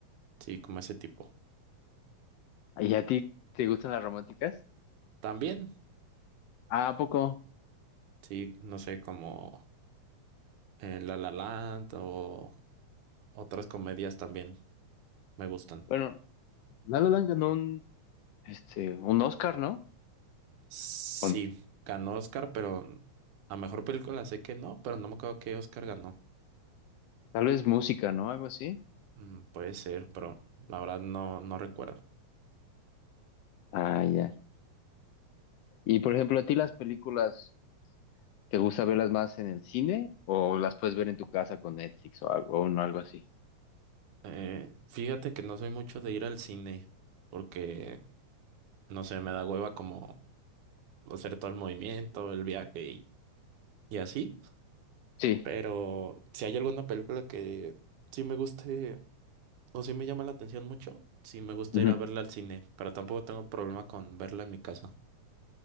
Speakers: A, on the right; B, on the left.
A: sí, como ese tipo.
B: ¿Y a ti te gustan las románticas?
A: También,
B: Ah, ¿a poco?
A: sí, no sé, como eh, La La Land o otras comedias también me gustan.
B: Bueno, La La Land ganó un, este, un Oscar, ¿no?
A: Sí,
B: Con
A: ganó Oscar, pero a mejor película sé que no, pero no me acuerdo qué Oscar ganó.
B: tal vez música, ¿no? Algo así.
A: Mm, Puede ser, pero la verdad no, no recuerdo.
B: Ah, ya. Y por ejemplo, ¿a ti las películas te gusta verlas más en el cine o las puedes ver en tu casa con Netflix o algo, o no, algo así?
A: Eh, fíjate que no soy mucho de ir al cine porque, no sé, me da hueva como hacer todo el movimiento, el viaje y, y así.
B: Sí.
A: Pero si hay alguna película que sí me guste o sí me llama la atención mucho, sí me gusta
B: Ujú.
A: ir a verla al cine, pero tampoco tengo problema con verla en mi casa.